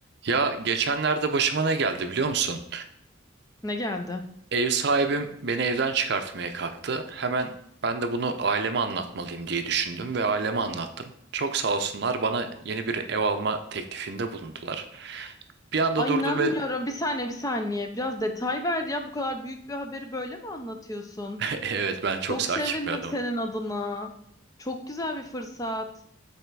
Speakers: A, on the right; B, on the left.
A: Ya geçenlerde başıma ne geldi biliyor musun?
B: Ne geldi?
A: Ev sahibim beni evden çıkartmaya kalktı. Hemen ben de bunu aileme anlatmalıyım diye düşündüm ve aileme anlattım. Çok sağ olsunlar bana yeni bir ev alma teklifinde bulundular. Bir anda
B: Ay
A: durdum
B: inanmıyorum.
A: ve
B: Bir saniye, bir saniye. Biraz detay ver ya. Bu kadar büyük bir haberi böyle mi anlatıyorsun?
A: <laughs> evet ben çok
B: Çok
A: sakin
B: sevindim
A: bir adamım.
B: senin adına. Çok güzel bir fırsat.